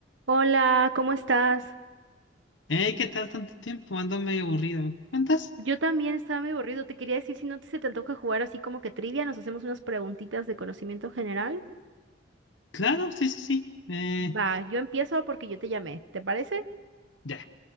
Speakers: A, on the right; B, on the left.
A: Hola, ¿cómo estás?
B: Hey, ¿qué tal tanto tiempo? Ando medio aburrido. ¿Me cuentas?
A: Yo también estaba medio aburrido. Te quería decir si no te- se te antoja jugar así como que trivia, nos hacemos unas preguntitas de conocimiento general.
B: Claro, sí, sí, sí. Eh,
A: Va, yo empiezo porque yo te llamé. ¿Te parece?
B: ya.